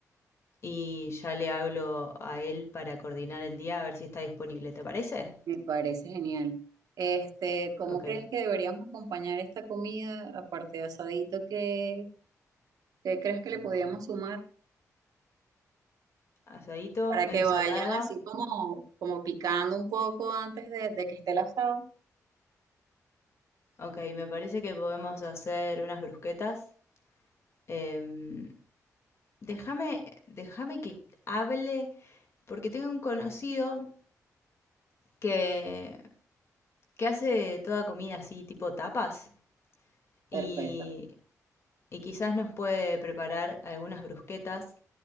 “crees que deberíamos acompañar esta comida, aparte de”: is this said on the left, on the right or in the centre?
Right